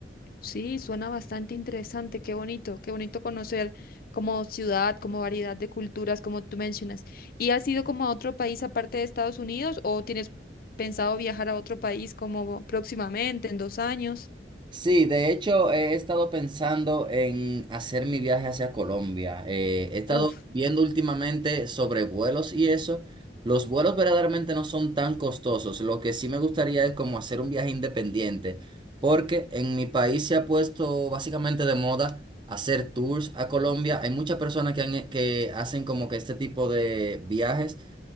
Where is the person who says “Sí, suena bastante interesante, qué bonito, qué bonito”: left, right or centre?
Left